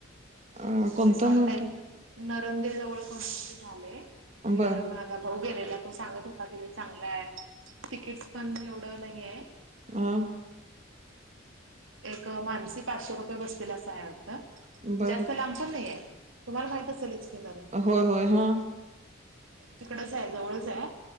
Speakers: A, on the right; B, on the right.
A: अ कोणतं
B: रिसॉर्ट
A: म्हणताय
B: टाईप नरंदे जवळ कोणतं तरी झालंय. ते
A: बर
B: माझा भाऊ गेलेला तो सांगत होता तिथे चांगलं आहे. तिकीट. पण एवढं नाहीेय.
A: आ.
B: एक मानसी पाचशे रुपये बसतील असं आहे वाटतं.
A: बर
B: जास्त लांब पण नाही आहे तुम्हाला माहित आसल. ह
A: होय होय हा
B: तिकडच आहे जवळच आहे.